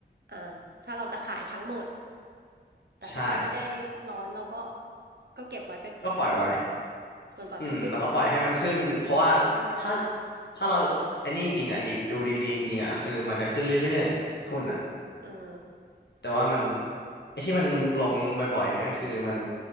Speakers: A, on the right; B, on the left.
A: อ่าถ้าเราจะขายทั้งหมดแต่ถ้าเราไม่ได้ร้อนเราก็
B: ใช่
A: ก็เก็บไว้เป็นทั้งหมด
B: ก็ปล่อยไว้
A: จนกว่าจะขึ้น
B: อืมแล้วก็ปล่อยให้มันขึ้นเพราะว่าถ้า
A: ไปเรื่อยๆอืม
B: ถ้าเราไอันนี้จริงๆอ่ะดีดูดีๆจริงๆอ่ะคือมันจะขึ้นเรื่อยๆหุ้นอ่ะ
A: เออ
B: แต่ว่ามันไอ้ที่มันลงบ่อยๆเนี่ยก็คือมัน